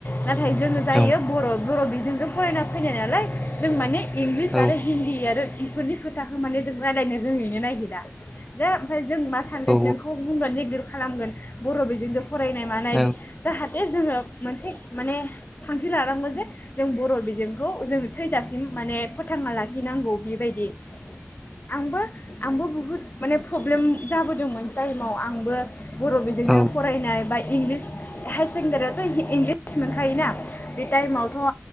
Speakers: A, on the left; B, in the centre.
A: नाथाय जोङो जायो
B: औ
A: बरफ बर' बिजोंजों फरायना फैनाय नालाय जों माने इंलिस आरो
B: औ
A: हिन्दी आरो बिफोरनि खोथा माने जों रालायनो रोङैनो नागिरा जा ओमफाय जों मा सानगोन
B: औ
A: नोंखौ <unintelligible> खालामगोन बर' बिजोंदो फरायनाय मानाय
B: औ नों
A: इदि जाहाथे बे जोङो मोनसे माने थांखि लानांगौ जे जों बर' बिजोंखौ जोङो थैजासिम माने फोथांना लाखिनांगौ बेबायदि आंबो आंबो बुहुत माने प्रब्लेम जाबोदोंमोन टाइमाव आंबो बर' बिजोंनो
B: औ
A: फरायनाय बा इंलिस हायार सेकेणडारियावथ' इंलिस मोनखायोना बे टाइमावथ' ओ